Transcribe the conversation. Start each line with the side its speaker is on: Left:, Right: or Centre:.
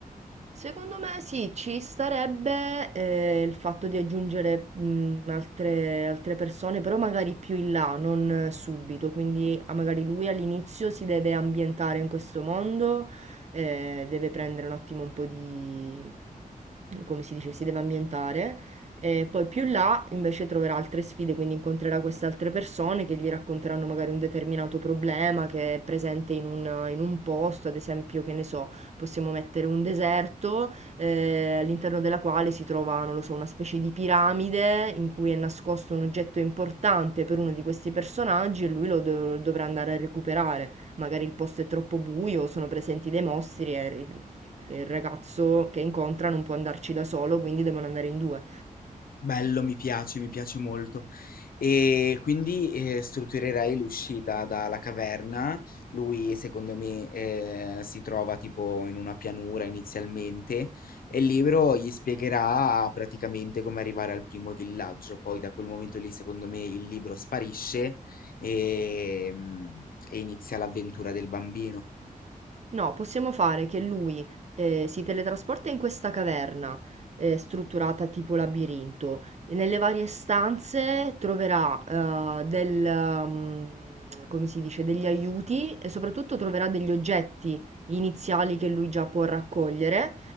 Right: Secondo me sì, ci starebbe eh, il fatto di aggiungere mh, altre, altre persone, però magari più in là, non eh, subito. Quindi ah, magari lui all'inizio si deve ambientare in questo mondo, eh, deve prendere un attimo un po' di, come si dice, si deve ambientare. E poi più in là invece troverà altre sfide, quindi incontrerà queste altre persone che gli racconteranno magari un determinato problema che è presente in un in un posto, ad esempio, che ne so possiamo mettere un deserto eh, all'interno della quale si trova, non lo so, una specie di piramide in cui è nascosto un oggetto importante per uno di questi personaggi e lui lo do- dovrà andare a recuperare. Magari il posto è troppo buio, sono presenti dei mostri e il il ragazzo che incontra non può andarci da solo, quindi devono andare in due.
Left: Bello, mi piace, mi piace molto. E quindi eh, strutturerei l'uscita dalla caverna. Lui, secondo me, eh, si trova tipo in una pianura inizialmente e il libro gli spiegherà praticamente come arrivare al primo villaggio. Poi da quel momento lì, secondo me, il libro sparisce e, mm, e inizia l'avventura del bambino.
Right: No, possiamo fare che lui eh, si teletrasporta in questa caverna eh, strutturata tipo labirinto e nelle varie stanze troverà eh, del, mm, come si dice, degli aiuti e soprattutto troverà degli oggetti iniziali che lui già può raccogliere